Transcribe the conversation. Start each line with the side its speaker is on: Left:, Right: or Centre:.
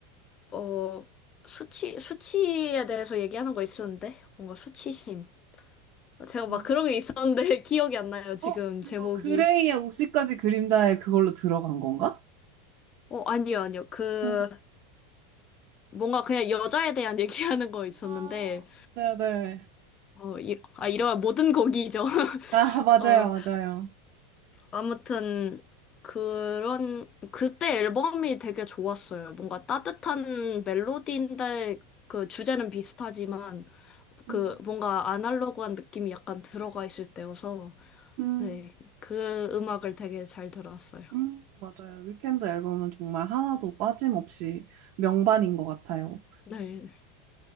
Left: 어, 수치, 수치에 대해서 얘기하는 거 있었는데? 뭔가 수치심. 제가 막
Right: 아,
Left: 그런 게 있었는데 <laughs> 기억이 안 나요, 지금
Right: 어, 그거
Left: 제목이.
Right: 그레이의 50가지 그림자에 그걸로 들어간 건가?
Left: 어, 아니요, 아니요. 그,
Right: 어.
Left: 뭔가 그냥 여자에 대한 <laughs> 얘기하는 거 있었는데,
Right: 아, 네네.
Left: 어, 이, 아, 이런 모든 곡이죠. <laughs>
Right: 아, 맞아요,
Left: 어,
Right: 맞아요.
Left: 아무튼, 그런, 그때 앨범이 되게 좋았어요. 뭔가 따뜻한 멜로디인데, 그 주제는 비슷하지만, 그
Right: 음,
Left: 뭔가 아날로그한 느낌이 약간 들어가 있을 때여서,
Right: 음,
Left: 네, 그 음악을 되게 잘 들었어요.
Right: 음, 맞아요. 위켄드 앨범은 정말 하나도 빠짐없이 명반인 것 같아요.
Left: 네.